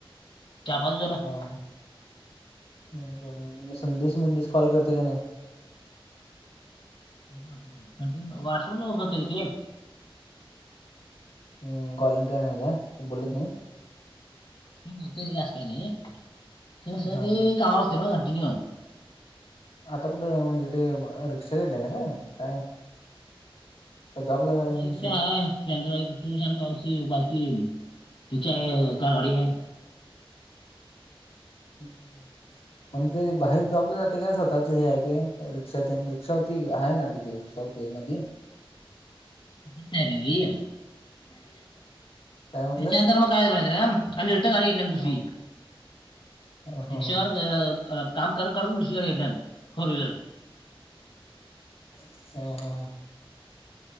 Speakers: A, on the left; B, on the left.
A: चार पाच दिवस झालं.
B: हा हा अच्छा म्हणजे संदेश बिनदेश कॉल करतंय का नई?
A: आता कधीम, व्हॉट्सअँपच उघडतय रे ते.
B: हम्म, कॉलिंग करणार काय? तू बोलत नाही.
A: ए बोलतंय रे असं काय नाही किंवा सरळ
B: हां
A: ते कामावर असतंय नव्ह कंटिन्यू.
B: आता कुठं म्हणजे ते रिक्षा घेतलेय ना काय काय? का जॉबला झाले
A: म
B: आणि
A: इच्छा
B: दुसरीकडे?
A: हाय. आंध्रास सेंट्रोस ही बकीये तिच्या आई कारवाडी आहे.
B: हम्म. म्हणजे ते बाहेर जॉबला जातंय, आपले जाते काय स्वतःच हे आहे ते रिक्षा तेन रिक्षा होती, आहे ना त्याजी? काय ते मध्ये
A: री पण सॅलेरी?
B: काय म्हटलंस?
A: त्याच्यानंतर मग काय झा आणि रिटर्न गाडी घेतल्यात दुसरी.
B: हा हा हा
A: रिक्षावर
B: हा
A: अ काम करते करत दुसरी <unintelligible> फोर वहीलर.
B: हा हा हा.